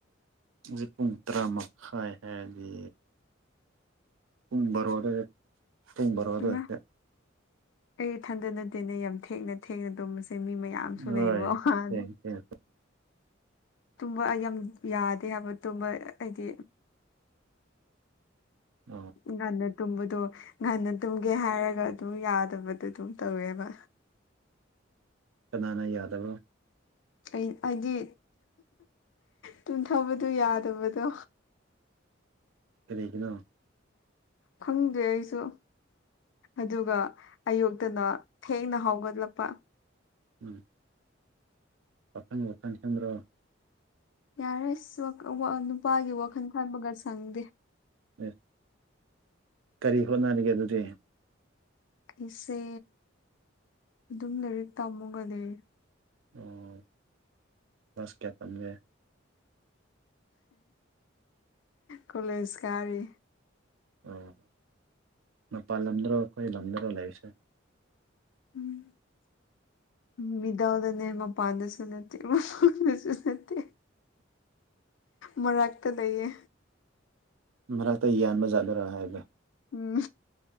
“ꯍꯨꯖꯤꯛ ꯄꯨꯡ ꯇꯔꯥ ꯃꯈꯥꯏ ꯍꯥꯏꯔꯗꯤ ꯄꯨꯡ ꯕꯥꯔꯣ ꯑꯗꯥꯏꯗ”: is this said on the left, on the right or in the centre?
Right